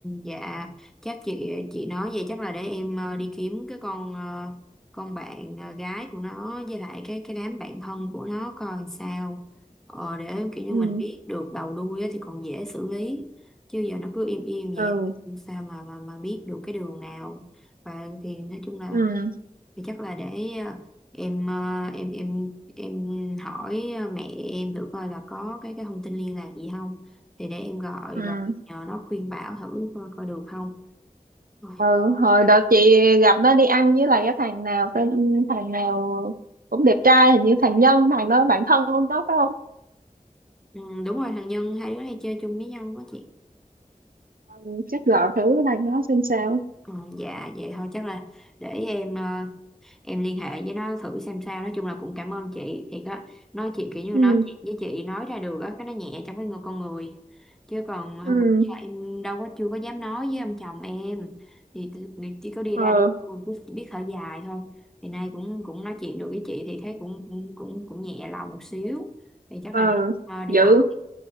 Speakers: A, in the centre; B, on the right.
A: dạ chắc chị chị nói vậy chắc là để em ờ, đi kiếm cái con ờ, con bạn ờ, gái của nó với lại cái cái đám bạn thân của nó coi sao ờ, để kiểu như
B: ừ
A: mình biết được đầu đuôi á thì còn dễ xử lý chứ giờ nó cứ im im vậy
B: ừ
A: sao mà mà mà biết được cái đường nào và thì nói chung là
B: ừ
A: thì chắc là để ờ, em ờ, em em em hỏi ờ, mẹ em thử coi là có cái cái thông tin liên lạc gì không thì để em gọi
B: ừ
A: rồi nhờ nó khuyên bảo thử coi, coi được không Rồi,
B: ừ hồi đợt chị gặp nó đi ăn với lại cái thằng nào tên ừ, thằng nào cũng đẹp trai hình như thằng Nhân thằng đó bạn thân của nó phải không
A: ừ, đúng rồi thằng Nhân hai đứa hay chơi chung với nhau quá chị
B: ừ, chắc gọi thử thằng đó xem sao
A: ừ, dạ vậy thôi chắc là để em ờ, em liên hệ với nó thử xem sao nói chung là cũng cảm ơn chị thì có nói chị kiểu như
B: ừ
A: nói chuyện với chị nói ra được á cái nó nhẹ trong cái người con người chứ còn hôm
B: ừ
A: bữa giờ em đâu có chưa có dám nói với ông chồng em thì tự- nghĩ chỉ có đi
B: ờ
A: ra đi cô cứ biết thở dài thôi thì nay cũng cũng nói chuyện được với chị thì thấy cũng cũng cũng, cũng nhẹ lòng một xíu thì chắc
B: ờ
A: là đi, ờ, đi
B: giữ
A: học